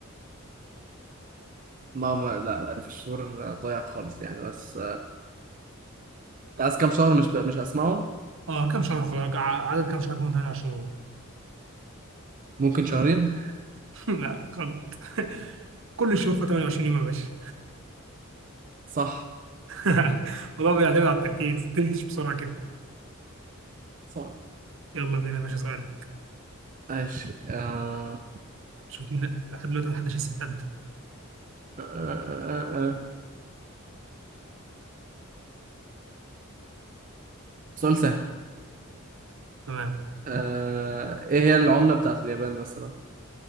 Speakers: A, on the right (about 40°); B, on the right (about 65°).
A: ما ما لا انا في الشعور ضايع خالص يعني بس عايز كام شهر مش مش هسمعه
B: اه كم شهر خلاص ع- عدد كم شهر من 28 يوم؟
A: ممكن شهرين
B: <laughs> لا غلط كل الشهور في 28 يوم يا باشا
A: صح
B: <laughs> والله بيعتمد على التركيز تنتش بسرعة كده
A: صح
B: يلا بينا يا باشا اسألك
A: ماشي آه...
B: شوف مين لحد دلوقتي محدش لسه اتقدم
A: آه... آه... آه. آه. سؤال سهل
B: تمام
A: آه... ايه هي العملة بتاعت اليابان مثلا